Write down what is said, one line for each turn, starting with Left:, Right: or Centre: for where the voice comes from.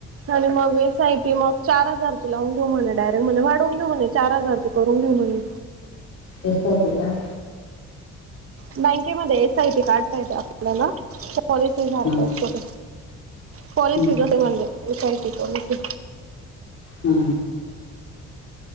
Right: आणि मग एस आय पी मग. चार हजारचे लावून घेऊ म्हणे., डायरेक्ट म्हणे वाढवून घेऊ म्हणे चार हजारचे करून घेऊ म्हणे.
Left: एस आय पि काय.
Right: बँकेमध्ये एस आय पी काढता येत आपल्याला, पॉलिसी सारख
Left: हम्म
Right: असत. पॉलिसी
Left: हम्म
Right: जस म्हणजे, एस आय पी पॉलिसी.
Left: हा